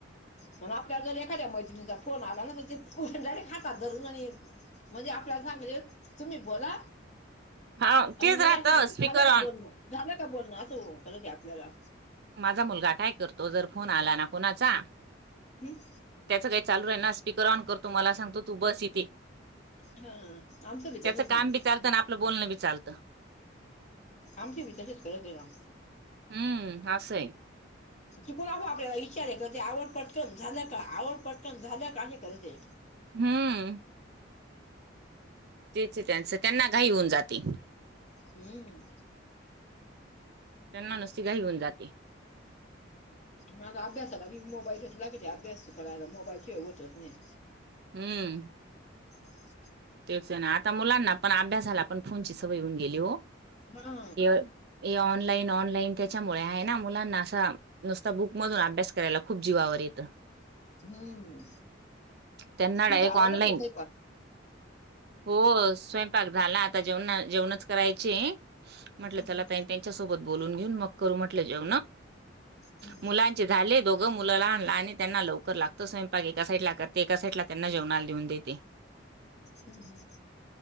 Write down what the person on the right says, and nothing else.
हा
तेच राहत
स्पीकर
ऑन
माझा मुलगा काय करतो जर फोन आला ना कुणाचा
त्याचं काही चालू रा ना स्पीकर ऑन करतो मला सांगतो तू बस इथे
त्याचं काम
बी चालतं आणि आपलं बोलण चालतं
हम्म असय.
हम्म. तेचे त्यांच त्यांना घाई होऊन जाते.
त्यांना नुसती काही घेऊन जाते.
हम्म.
तेच आहे ना आता मुलांना पण अभ्यासाला पण फोनची सवय होऊन गेली हो.
हे हे ऑनलाईन ऑनलाईन त्याच्यामुळे आहे ना मुलांना असं. नुसता बुक मधून अभ्यास करायला खूप जीवावर येतं.
त्यांना
डायरेक्ट
ऑनलाईन
हो स्वयंपाक झाला आता जेव जेवणच करायचे म्हटलं
चला त्यां बून घेऊन मग म्हट जे
मुलां झा. दोघं मुलंला आणला आणि त्यांना लवकर लागतो स्वयंपाक एका साईड ला करते एका साईडला त्यांना जेवणाला लिहून देते.